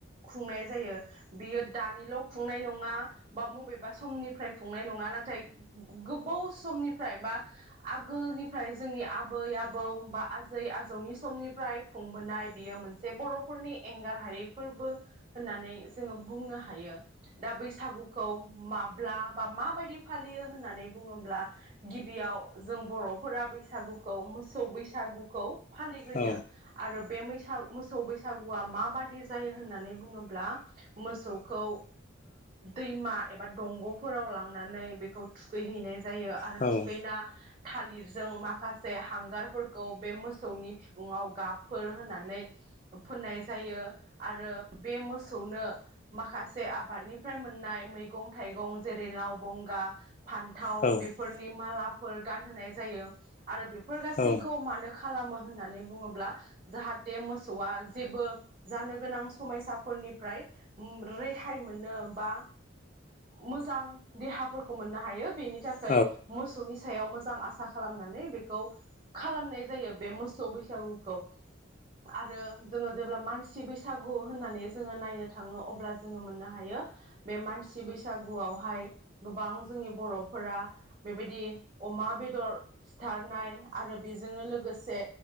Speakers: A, on the right; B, on the left.
A: खुंनाय जायो । बियो दानिल' खुंनाय नङा बा बबेबा समनिफ्राय खुंनाय नङा नाथाय गोबाव समनिफ्राय बा आगोलनिफ्राय जोंनि आबै आबौ बा आजै आजौनि समनिफ्राय खुंबोनाय बियो मोनसे बर'फोरनि एंगार हायै फोरबो होननानै जोङो बुंनो हायो । दा बैसागुखौ माब्ला बा माबायदि फालियो होननानै बुङोब्ला गिबियाव जों बर'फोरा बैसागुखौ मोसौ बैसागुखौ फालिग्रोयो
B: औ
A: आरो बे मैसा मोसौ बैस बैसागुआ माबादि जायो होननानै बुङोब्ला मोसौखौ दैमा एबा दंगफोराव लांनानै बेखौ थुैखैहैनाय ज जायो आरो
B: औ उम
A: थुखैना थालिरजों माखासे हांगारफोरखौ बे मोसौनि बिखुङाव गाबफोर होनानै फोननाय जायो आरो। बे मोसौनो, माखासे आबादनिफ्राय मोननाय मैगं थाइगं जेरै लाव बंगा फान्थाव
B: औ
A: बेफोरनि माला फोर गानहाय जायो आरो बे फोर गासैखौ
B: औ
A: मानो खालामो होननानै बुङोब्ला? जाहाथे मोसौआ जेबो जानो गोनां समयसाफोरनिफ्राय रेहाय मोनो बा मोजां देहाफोरखौ मोननो हायो। बेनि थाखाय
B: औ
A: मोसौनि सायाव मोजां आसा खालामनानै बेखौ खालामनाय जायो बे मो सौ बैसागुखौ आरो जोङो जेब्ला मानसि बैसागु गु होननानै जोङो नायनो थाङो। अब्ला जोङो मोननो हायो बे मानसि बैसागुआवहाय गोबां जोंनि बर'फोरा बेबायदि अमा बेदर बुथारनाय आरो बेजोंनो लोगोसे से